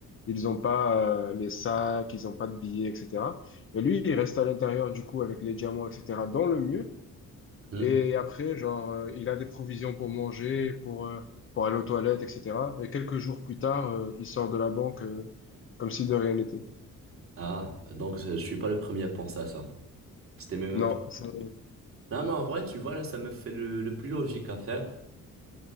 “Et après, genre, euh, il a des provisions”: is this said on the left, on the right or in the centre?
Left